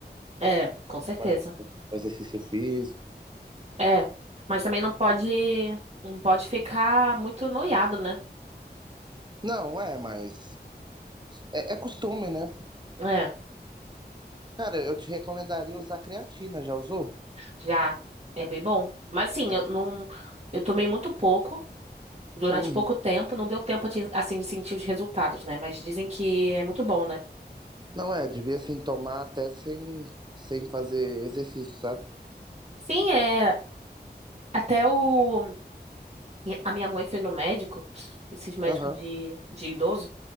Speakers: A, on the right; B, on the right.
A: É, com certeza.
B: fazer um exercício físico.
A: É, mas também não pode, não pode ficar muito noiado, né?
B: Não, é, mas É, é costume, né?
A: É,
B: Cara, eu te recomendaria usar creatina, já usou?
A: já é bem bom. Mas sim,
B: É.
A: eu não, eu tomei muito pouco, durante
B: Uhum.
A: pouco tempo, não deu tempo de, assim de sentir os resultados, né? Mas dizem que é muito bom, né?
B: Não é, devia assim tomar até sem, sem fazer exercício, sabe?
A: Sim, é, até o a minha mãe foi no médico, esses médicos
B: Aham.
A: de de idoso,